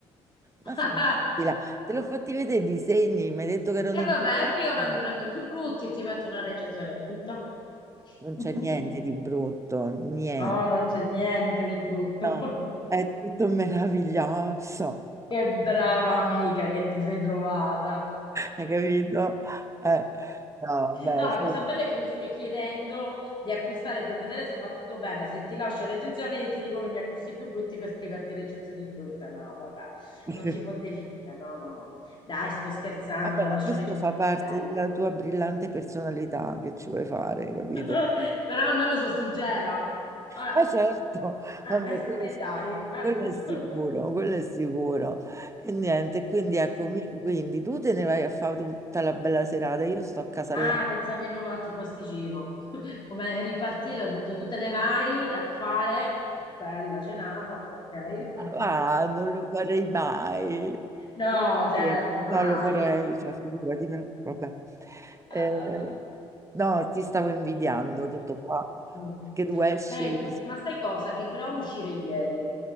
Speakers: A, on the right (about 20°); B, on the left (about 30°).
A: Ma
B: <laughs>
A: finitela, te l'ho fatti vedere i disegni, mi hai detto che erano
B: E vabbè,
A: bellissimi,
B: io ora mi prendo i più brutti e ti metto una recensione brutta.
A: non
B: <laughs>
A: c'è niente di brutto, niente.
B: Oh, non c'è niente di brutto.
A: No,
B: <laughs>
A: è tutto meraviglioso.
B: Che brava amica che ti sei trovata.
A: Hai capito? Eh, no, beh,
B: No, la
A: sì.
B: cosa bella è che mi stai chiedendo di acquistare per vedere se va tutto bene. Se ti lascio recensioni, io ti dico che mi acquisti più brutti per scriverti recensioni brutte. No, vabbè,
A: <laughs>
B: non si può definire. No, no, no. Dai, sto scherzando,
A: Vabbè, ma
B: lascio
A: questo
B: recensioni
A: fa parte
B: belle.
A: della tua brillante personalità, che ci vuoi fare, capito?
B: <laughs> Però almeno sono sincera. Eh,
A: Ah, certo,
B: eh,
A: vabbè,
B: eh,
A: quello,
B: eh, eh,
A: s-
B: dai. eh.
A: quello è sicuro, quello è sicuro. E niente, quindi ecco,
B: <laughs>
A: mi- quindi tu te ne vai a fare tutta la bella serata, io sto a casa
B: Ah,
A: là.
B: pensavo in un altro pasticcino. <laughs> Come è ripartito, ho detto tu te ne vai a fare una bella cenata, ok? <laughs>
A: Ma non lo farei mai.
B: No,
A: Eh,
B: certo, mai.
A: No, lo farei, cioè, figurati, me- vabbè. Eh,
B: <laughs>
A: no, ti stavo invidiando tutto qua.
B: Mm.
A: Che tu esci.
B: Beh, ma sai cosa? Che volevamo uscire ieri.